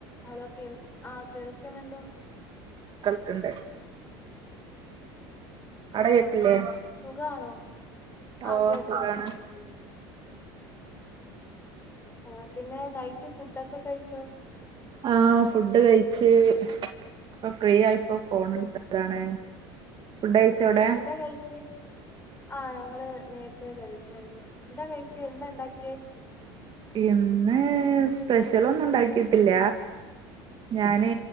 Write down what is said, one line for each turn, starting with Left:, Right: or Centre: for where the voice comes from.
Left: Hello കേൾ ആ കേൾക്കുന്നുണ്ടോ?
Right: ണ്ട്
Left: ആ
Right: കേക്കില്ലേ
Left: സുഖമാണോ? ആ
Right: ഓ
Left: കേക്കുന്നുണ്ട്
Right: സുഖാണ്
Left: കേക്കുന്നുണ്ട്. ആ പിന്നെ നൈറ്റ് ഫുഡൊക്കെ കഴിച്ചോ
Right: ആ ഫുഡ് കഴിച്ച് ഇപ്പോ ഫ്രീ ആയി ഇപ്പൊ ഫോൺ എടുത്തതാണ് ഫുഡ് കഴിച്ചോ
Left: ആ
Right: അവിടെ
Left: എന്താ കഴിച്ചേ ആ ഞങ്ങള് നേരത്തെ കഴിച്ചായിരുന്നു എന്താ കഴിച്ച എന്താ ഉണ്ടാക്കിയേ
Right: ഇന്ന് സ്പെഷ്യൽ ഒന്നും ഉണ്ടാക്കിട്ടില്ല ഞാന്